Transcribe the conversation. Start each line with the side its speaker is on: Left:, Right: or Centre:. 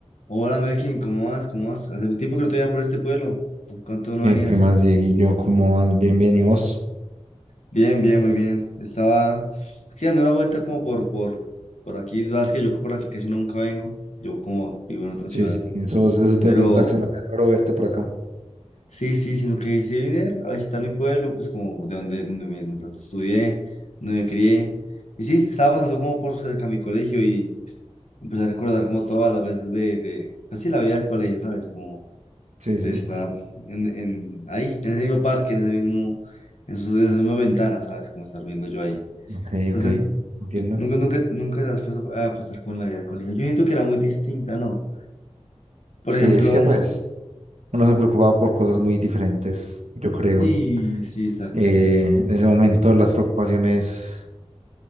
Left: Hola Melkin, ¿cómo vas? ¿Cómo vas? Hace tiempo que no te veía por este pueblo. ¿Por cuánto no
Right: Eh,
Left: venías?
Right: ¿Qué más, Dieguillo? ¿Cómo vas? Bien, bien, ¿y vos?
Left: Bien, bien, muy bien. Estaba aquí dando una vuelta como por, por, por aquí. Sabes que yo por aquí casi nunca vengo. Yo como vivo en otra ciudad.
Right: Sí, sí, eso, eso te
Left: Pero
Right: voy a preguntar, se me hace raro verte por acá.
Left: sí, sí, sino que sí venir a visitar mi pueblo, pues como de donde, donde me donde tanto estudié, donde me crié. Y sí, estaba pasando como por cerca de mi colegio y empecé a recordar como todas las veces de, de, pues sí, la vida del colegio, ¿sabes? Como
Right: Sí,
Left: de
Right: sí,
Left: estar en, en, ahí, en ese mismo parque, en ese mismo, en, su- en esa misma ventana, ¿sabes? Como estar viendo yo ahí.
Right: ok,
Left: No
Right: ok,
Left: sé,
Right: entiendo.
Left: nunca, nunca, nunca te has puesto a a pensar con la vida del colegio. Yo siento que era muy distinta, ¿no? Por
Right: Sí,
Left: ejemplo,
Right: es que pues uno se preocupaba por cosas muy diferentes, yo creo.
Left: sí, sí, exacto,
Right: Eh,
Left: como,
Right: en ese momento las preocupaciones,